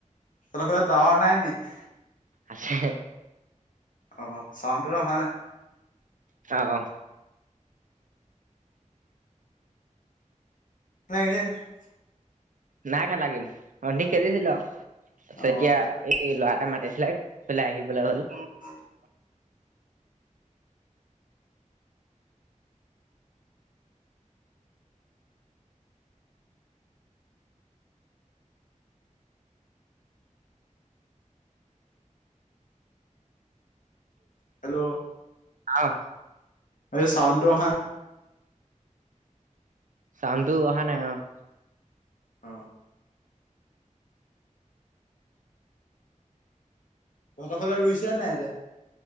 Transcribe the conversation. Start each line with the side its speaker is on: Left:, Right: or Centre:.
Left: তহঁতৰ ফালে টোৱেৰ নাই নিকি?
Right: আছে।
Left: অ', চাউণ্ডতটো অহা নাই?
Right: অ', অ'
Left: <unintelligible>
Right: নাই খেলা গেম, অথনি খেলিছিলোঁ আৰু তাৰপিছত
Left: অ
Right: এ এতিয়া লৰা এটাই মাতিছিলে পালে আহি পালে হ'ল।
Left: <inaudible> হেল্ল'।
Right: অ'।
Left: এই চাউণ্ডটো অহা নাই।
Right: চাউণ্ডটো অহা নাই অ'।
Left: অ'। তহঁতৰফালে ৰুইছে নে নাই এতিয়া?